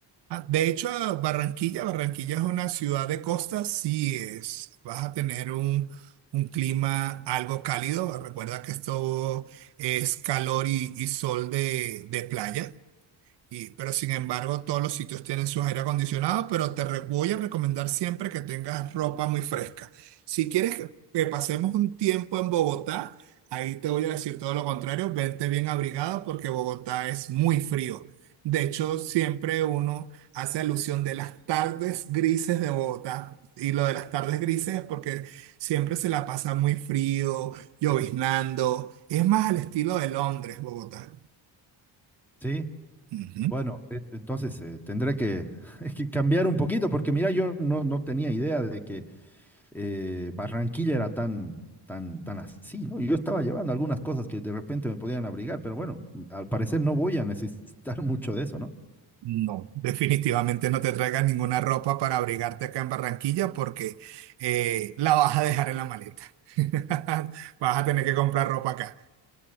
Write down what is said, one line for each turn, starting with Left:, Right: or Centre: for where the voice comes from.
Right: Ah, De hecho, a Barranquilla, Barranquilla es una ciudad de costa, sí es. Vas a tener un, un clima algo cálido. Recuerda que esto es calor y, y sol de, de playa. Y, pero sin embargo, todos los sitios tienen su aire acondicionado, pero te re- voy a recomendar siempre que tengas ropa muy fresca. Si quieres que, que pasemos un tiempo en Bogotá, ahí te voy a decir todo lo contrario, vente bien abrigado porque Bogotá es muy frío. De hecho, siempre uno hace alusión de las tardes grises de Bogotá. Y lo de las tardes grises es porque siempre se la pasa muy frío, lloviznando. Es más al estilo de Londres, Bogotá.
Centre: Sí.
Right: Ujú.
Centre: Bueno, e- entonces eh, tendré que, <laughs> que cambiar un poquito, porque mira, yo no, no tenía idea de que eh, Barranquilla era tan, tan, tan así, ¿no? Yo estaba llevando algunas cosas que de repente me podían abrigar, pero bueno, al parecer no voy a necesitar <laughs> mucho de eso, ¿no?
Right: No, definitivamente no te traigas ninguna ropa para abrigarte acá en Barranquilla porque eh, la vas a dejar en la maleta. <laughs> Vas a tener que comprar ropa acá.